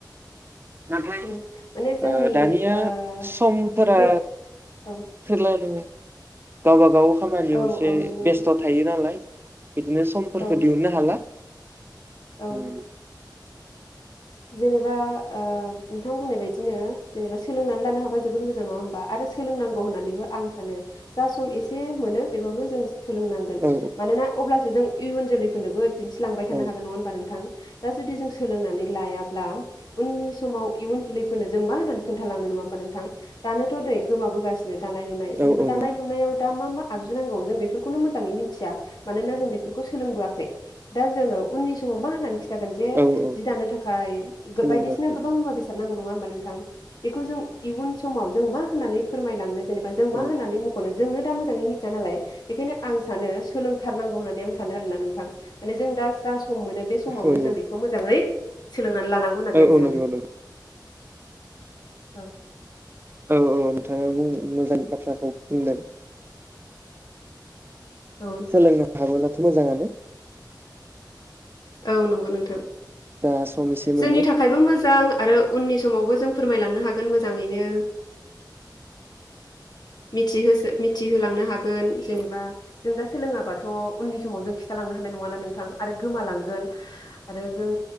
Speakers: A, on the right (about 30°); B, on the left (about 60°).
A: नाथाय
B: औ माने जोंनि
A: ओ दानिया
B: ओ
A: समफोरा
B: बेबायदि औ
A: <unintelligible> गावबा गाव खामानियाव
B: औ
A: एसे
B: औ नंगौ नोंथां
A: बेस्थ' थायो नालाय बिदिनो समफोरखौ
B: औ
A: दिहुननो हाला
B: औ
A: उम
B: जेनेबा ओ नोंथां बुंनाय बायदिनो जेनेबा सोलोंनानै लानो हाबा जोबोद मोजां नङा होमबा आरो सोलोंनांगौ होननानैबो आं सानो जा सम एसे मोनो बेआवनो जों सोलोंनांगोन
A: औ
B: मानोना अब्लासो जों इयुन जोलै फोरनोबो दिन्थिलांबायानो
A: औ
B: हागोन नङा होनबा नोंथां दा जुदि जों सोलोंनानै लायाब्ला उननि समाव इयुन जोलैफोरनो जों मा होननानै खोन्थालांनो नङा होमबा नोंथां दानोथ' नै गोमाबोगासिनो दानाय लुनाय जेनेबा
A: औ औ
B: दानाय
A: नंगौ
B: लुनायाव दा मा मा आगजुुनांगौ जों बेफोरखौनो मोजाङै मिथिया मानोना जों बेफोरखौ सोलोंबोआखै दा जोङो उननि समाव मा होननानै <unintelligible> जे
A: औ औ
B: जि दानो थाखाय बायो गो
A: सोलोंबोआखै
B: बायदिसिना गोबां मुवा बेसाद <unintelligible> नङा होनबा नोंथां बेखौ जों इउन समाव जों होननानै फोरमायलांनो जेनेबा जों मा
A: औ
B: होननानै मख'नो जोंनो दा मोजाङै मिथिया नालाय बेखायनो आं सानो सोलोंथारनांगौ होननानै आं सानो आरो ना नोंथां माने जों दा जा सम मोनो बे समावनो
A: औ
B: जों बेखौ मोजाङै मानो लानांगौ होननानै
A: औ
B: आं
A: औ
B: सानो।
A: नंगौ नंगौ
B: औ
A: औ औ नोंथाङा बुं मोजां बाथ्राखौ बुंदों।
B: औ
A: सोलोंनो हाबोला थ' मोजाङानो
B: औ नंगौ नोंथां
A: जा सम एसे मोनो
B: जोंनि थाखायबो मोजां आरो उननि समावबो जों फोरमायलांनो हागोन मोजाङैनो मिथिहोसो मिथिहोलांनो हागोन जेनेबा जों दा सोलोङाबाथ' उननि समाव जों खिथालांनो हानाय नङाना नोंथां आरो गोमालांगोन आरो जों